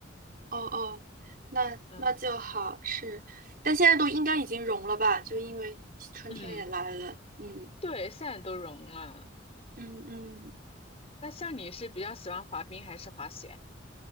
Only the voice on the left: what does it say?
嗯
嗯。
对，现在都融了。
那像你是比较喜欢滑冰还是滑雪？